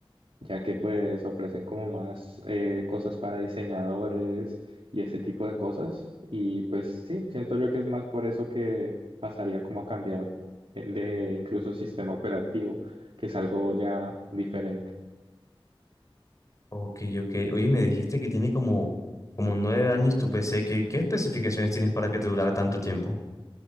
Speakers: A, on the right; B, on the left.
A: ya que pues ofrecen como más eh, cosas para diseñadores y ese tipo de cosas. Y pues sí, siento yo que es más por eso que pasaría como a cambiar eh, de incluso sistema operativo, que es algo ya diferente.
B: Ok, ok. Oye, me dijiste que tiene como, como nueve años tu PC. ¿Qué, qué especificaciones tienes para que te durara tanto tiempo?